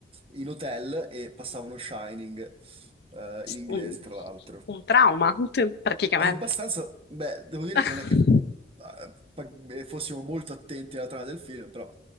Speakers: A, on the right (about 30°); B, on the left (about 60°).
A: in hotel e passavano Shining, eh, in inglese,
B: Un,
A: tra l'altro.
B: un trauma, <laughs> praticamente.
A: È abbastanza, beh, devo dire
B: <laughs>
A: che non è che eh, pa- eh, fossimo molto attenti alla trama del film, però,